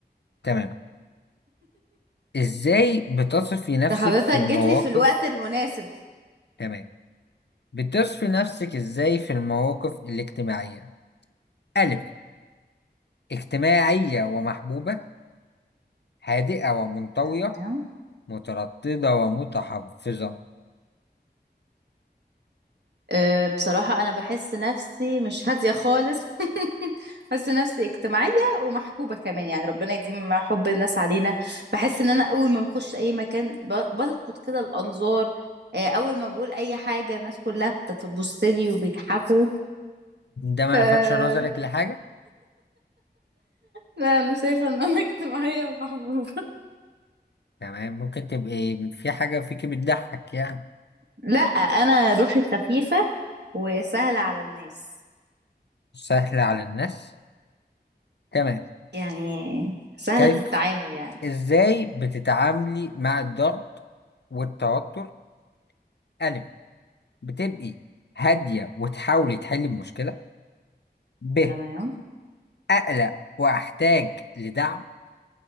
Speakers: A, on the left; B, on the right.
A: تمام ازاي بتصفي نفسك
B: ده حضرتك
A: في المواقف
B: جيت لي في الوقت المناسب
A: تمام بتصفي نفسك ازاي في المواقف الاجتماعية ألف اجتماعية ومحبوبة هادئة ومنطوية
B: تمام
A: مترددة ومتحفظة
B: أه بصراحة أنا بحس نفسي مش هادية خالص <laughs> بحس نفسي اجتماعية ومحبوبة كمان يعني ربنا يديم حب الناس علينا بحس إن أنا أول ما بخش أي مكان ب- بلقط كده الأنظار آه، أول ما بقول أي حاجة الناس كلها بتبص لي وبيضحكوا
A: ده ما
B: <laughs>
A: لفتش نظرك لحاجة
B: لا انا شايفه ان انا اجتماعيه ومحبوبه
A: تمام ممكن تبقي في حاجة فيكي بتضحك يعني
B: لا انا روحي خفيفة وسهلة على الناس
A: سهلة على الناس تمام
B: يعني سهلة
A: كيف
B: التعامل يعني
A: ازاي بتتعاملي مع الضغط والتوتر ألف بتبقي هادية وتحاولي تحلي المشكلة ب
B: تمام
A: أقلق وأحتاج لدعم